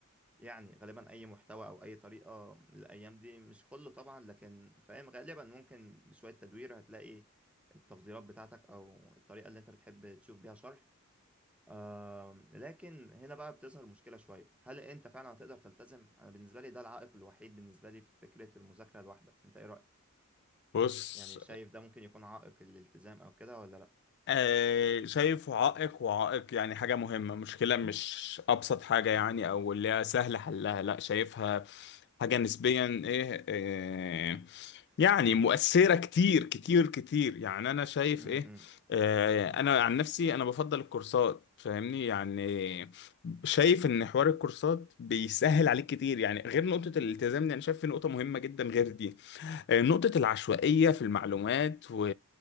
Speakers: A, in the centre; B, on the left.
A: يعني غالبا اي محتوى او اي طريقه الايام دي مش كله طبعا لكن فاهم غالبا ممكن بشويه تدوير هتلاقي التفضيلات بتاعتك او الطريقه اللي انت بتحب تشوف بيها شرح آم، لكن هنا بقى بتظهر مشكله شويه هل انت فعلا هتقدر تلتزم انا بالنسبه لي ده العائق الوحيد بالنسبه لي في فكره المذاكره لوحدك انت ايه رايك
B: بص
A: يعني شايف ده ممكن يكون عائق الالتزام او كده ولا لا
B: آه، شايفه عائق وعائق يعني حاجة مهمة مشكلة مش أبسط حاجة يعني أو اللي هي سهل حلها لا شايفها حاجة نسبيا إيه آه، يعني مؤثرة كتير كتير كتير يعني أنا شايف
A: امم
B: إيه آه، أنا عن نفسي أنا بفضل الكورسات فاهمني يعني شايف إن حوار الكورسات بيسهل عليك كتير يعني غير نقطة الالتزام دي أنا شايف في نقطة مهمة جدا غير دي آه، نقطة العشوائية في المعلومات و...